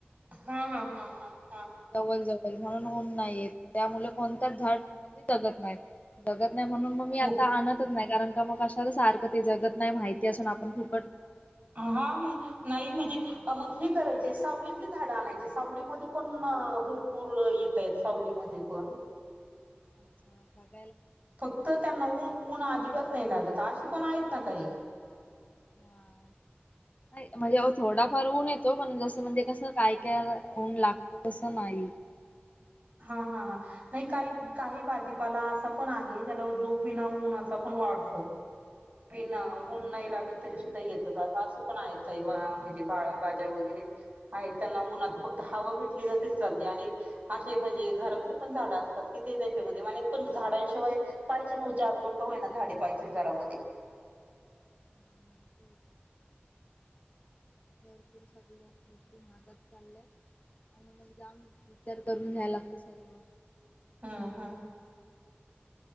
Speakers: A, on the right; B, on the left.
A: हां हां हां हां हां
B: जवळ जवळ म्हणून ऊन नाही येत म त्या मु कोणत्याच झाड म जगत नाही जगत - नाही म्हणून मग मी
A: हो
B: आता आणतच नाही कारण का मग कशाला सारखं ते जगत नाही माहिती असून आपण खू -
A: हा मग नाही म्हणजे
B: हा
A: मग हे करायची सावली - किली झाडं आणायचे सावलीमध्ये पण भरपूर येतय सावलीमध्ये पण -
B: <unintelligible> बाकी
A: फक्त त्यांना ऊन- ऊन अजिबात नाही लागत अशी पण आहेत ना काही!
B: हां म्हणजे अ थोडाफार ऊन येतो पण जसं म्हणजे कसं काय काय ऊन लागतो तसं नाही. हम्म
A: हा हा हा नाही काही काही भाजीपाला असा पण आहे. लई झालं ओ झोप येईना ऊन असा पण वाढतो पण
B: हा. हा
A: ऊन नाही लागत तरी सुद्धा सुद्धा येत असं पण आहेत काही म्हणजे बाळ्याबाज्या वगैरे - आहेत त्यांना उन्हाची फक्त हवा भेटली ना तरी चालते आणि - असे म्हणजे घरातली पण झाडं असतात कि ते त्यांच्यामध्ये पण झाडांशिवाय पाहिज नव्हती अजून का ओ - ना झाडे पाहिजे घरामध्ये
B: <inaudible> भरपूर सगळ्याच गोष्टी महाग होत चालल्यात आणि मग जाम विचार करून घ्यायला लागत सर्व
A: हा -हा